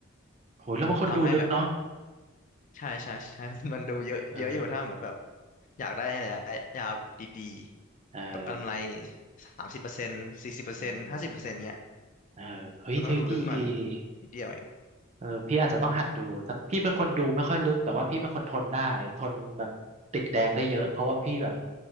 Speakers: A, on the right (about 30°); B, on the left (about 35°).
A: โหแล้วบางคนดูลึกเนาะ
B: ทำให้แบบใช่ใช่ใช่ <laughs> มันมันดูเยอะเยอะอยู่ถ้าหมดแบบ
A: เออ
B: อยากได้อะไระยะยาวแบบดีๆแบบกำไร
A: เออ
B: สามสิบเปอร์เซ็นต์สี่สิบเปอร์เซ็นต์ห้าสิบเปอร์เซ็นต์เงี้ย
A: อืมเออเฮ้ยเฮ้ยดีดีดี
B: มันต้องดูลึกหน่อยมันนิดเดียวเอง
A: เออพี่อาจจะต้องหัดดูแต่พี่เป็นคนดูไม่ค่อยลึกแต่ว่าพี่เป็นคนทนได้ทนแบบติดแดงได้เยอะเพราะว่าพี่แบบ